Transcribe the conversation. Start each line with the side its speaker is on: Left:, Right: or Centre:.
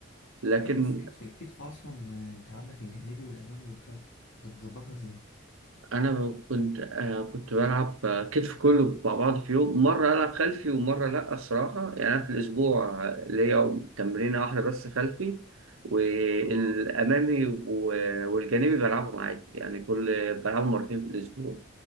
Right: لكن
Left: ايوه بس كتف كتف اصلا آه، انت عندك الجانبي والامامي والخلفي انت بتظبطها ازاي
Right: أنا كنت آه، كنت بلعب آه، كتف كله مع بعض في يوم مرة ألعب خلفي ومرة لأ الصراحة يعني أنا في الأسبوع آه، ليا تمرينة واحدة بس خلفي والأمامي
Left: اه
Right: و- والجانبي بلعبهم عادي يعني كل بلعبهم مرتين في الأسبوع